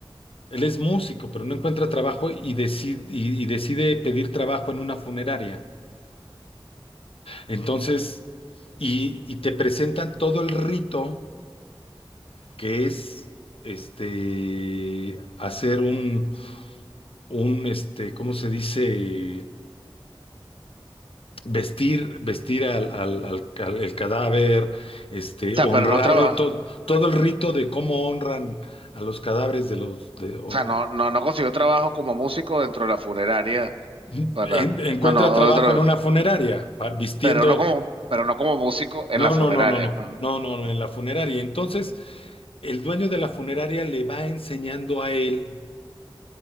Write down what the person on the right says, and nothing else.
sea,
pero no traba,
o sea, no, no, no consiguió trabajo como músico dentro de la funeraria
para,
no, no, otro,
pero no como, pero no como músico en
la
funeraria.
ajá.